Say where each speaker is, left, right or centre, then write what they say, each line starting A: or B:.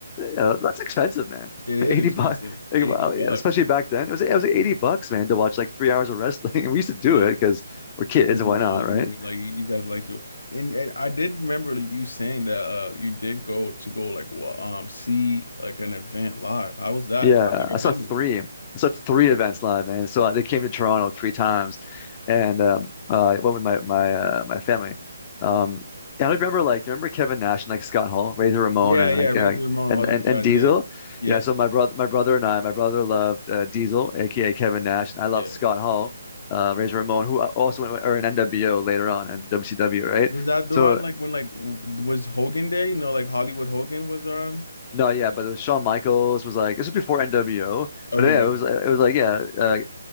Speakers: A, on the left; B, on the left.
A: uh, that's expensive, man.
B: It
A: <laughs>
B: is
A: 80
B: expensive.
A: bucks. Like,
B: 80
A: wow,
B: bucks,
A: yeah, especially
B: man.
A: back then. It was it was like 80 bucks, man, to watch like three hours of wrestling. <laughs> And we used to do
B: Yeah.
A: it because we're kids,
B: Because
A: why
B: you know,
A: not,
B: you
A: right?
B: know, like you guys like to and, and I did remember like, you saying that uh you did go to go like well, um see like an event live. How was that?
A: Yeah,
B: I've never
A: I saw
B: been
A: three.
B: to one.
A: I saw three events live, man. So uh, they came to Toronto three times, and um, uh, I went with my my uh, my family. Um, and I don't remember like, do you remember Kevin Nash and like Scott Hall, Razor Ramon,
B: Yeah,
A: and
B: yeah,
A: like
B: Razor
A: uh,
B: Ramon,
A: and
B: all those
A: and
B: guys,
A: and Diesel?
B: yeah. Yeah,
A: Yeah. So my brother, my brother and I, my brother loved uh, Diesel, aka Kevin Nash, and I loved
B: yeah.
A: Scott Hall, uh, Razor Ramon, who uh, also went with, or an NWO later on and WCW, right?
B: Was that
A: So
B: around like when like w- was Hogan there? You know, like Hollywood Hogan was around?
A: no, yeah, but it was Shawn Michaels was like this was before NWO.
B: Okay,
A: But yeah,
B: okay.
A: it was it was like yeah, uh,